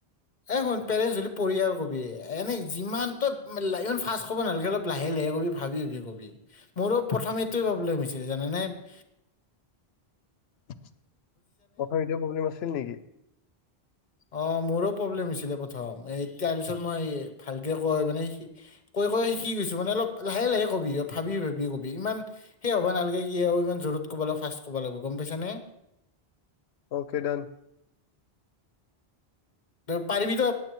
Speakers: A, on the left; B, on the left.
A: এ শুন পেৰেণ্টছ যদিঢ়ি আৰু কবি এনেই যিমান ত ইমান ফা্ষ্ কব নালে অলপ লাহে লাহে কবি ভাবিিবি কবি মোৰো প্ৰথম এইটোৱে প্ৰব্লেম হৈছে <unintelligible>
B: ককাৰ এতিয়া প্ৰব্লেম আছিল নেকি
A: অ মোৰো প্ৰব্লেম হৈছিলে প্ৰথম তাৰ পিছত মই ভালকে কয় মানে কৈ কৈ শিক গৈছো মানে অলপ লাহে লাহে কবি ভাবি ভাবি কবি ইমান সেই হবা নালাগে কি আৰু ইমান জত কব লিব ফা্ষ কব লিব গম পাইছ নে
B: অ'কে ডন
A: পাৰিবি তো